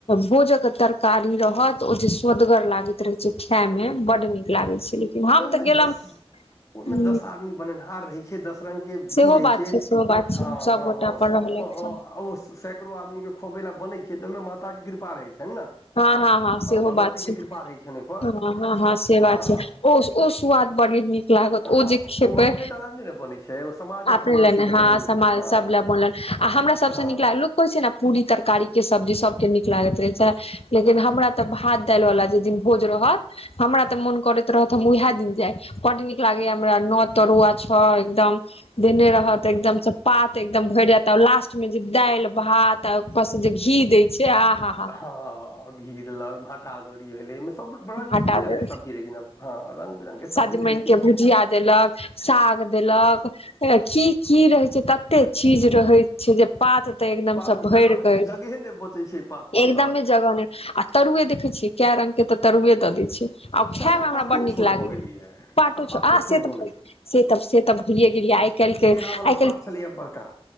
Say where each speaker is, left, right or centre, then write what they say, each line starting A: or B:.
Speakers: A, on the left (about 70°); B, on the left (about 30°).
A: भोज के तरकारी रहत ओ जे सदगर लागैत रहे छै। खाय मे बड नीक लागे छै लेकिन हम तऽ
B: मे
A: गेलम
B: दस ओहिमे
A: ह
B: दस आदमी बनेनिहार रही। दस रंग के अथी
A: सेहो
B: रहै
A: बात
B: छै
A: सेहो बात छै
B: ह
A: सबगोटा
B: ह
A: अपन रहलथि
B: ककरो आदमी के खुआबै लऽ बनै छै तऽ ओहिमे माताक के कृपा रहै छै ने
A: ह ह सेहो
B: भगवतीके
A: बात छै
B: कृपा रहै छनि ओहिपर
A: ह हँ हँ से बात
B: हँ
A: छै ओ ओ सुआद बढ़ि न लागत ओ
B: हँ
A: जे खेपै
B: अपने टा लए नहि ने बनै छै ओ समाज लए
A: अपने
B: बनै
A: ल
B: छै
A: नहि
B: तऽ
A: ह
B: कनि
A: माल
B: हँ
A: ल बोन आ हमरा सभसँ
B: हँ
A: नीक लागलु छै ने पूरी तरकारी के सब्जी सभके नीक लागैत रहै छै लेकिन हमरा तऽ भात दालि वालला जे दिन भोज रहत हमरा ते मोन करैत रहत हम उएहे दिन जाय। कड नीक लागै हमरा नओ तरुआ छ एकदम द त एकदम से पात एकदम भरि जात लास्ट मे जे दालि भात उपर से जे घी दय छै। से आहा।
B: ह, घी देलक भाटा दौरी भेले ओमे सभ रंग
A: हटा
B: बिरंग के सब्जी रहे छै जेना हँ रङ्ग बिरङ्गके
A: सजमनि
B: सब्जी रहै छै
A: के भुजिया देलक। साग देलक कि रहे छै तते चीज रहे छै। जे पातते एकदम
B: पात
A: सभ भर
B: जगह
A: क
B: जगहे नहि बचै छै पातपर
A: एकदम
B: तऽ
A: जगह नायी आ तरुए देखे छियै कए रंग के तऽ तरुए दे छी आ खाय
B: बात छै आब
A: मे हमरा
B: पातो
A: बड नीक
B: छोट
A: पाटो
B: भऽ गेलैए आब
A: छ
B: पातो
A: आ से
B: छोट
A: तऽ
B: भऽ गेलै
A: से तऽ भइे गेलियै आइ काल्हि के
B: केरावला
A: आ
B: पात छलियै बड़का